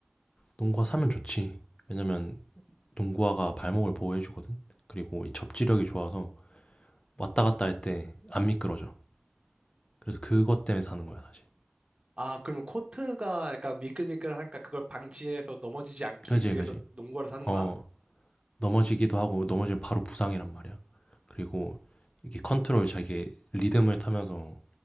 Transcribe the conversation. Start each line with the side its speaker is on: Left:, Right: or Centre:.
Left: 농구화 사면 좋지. 왜냐면 농구화가 발목을 보호해 주거든. 그리고 이 접지력이 좋아서 왔다 갔다 할 때 안 미끄러져. 그래서 그것 때문에 사는 거야, 사실.
Right: 아, 그러면 코트가 약간 미끌미끌하니까 그걸 방지해서 넘어지지 않기
Left: 그지,
Right: 위해서
Left: 그지.
Right: 농구화를 사는
Left: 어.
Right: 거야?
Left: 넘어지기도 하고 넘어지면 바로 부상이란 말이야. 그리고 이게 컨트롤 자기 리듬을 타면서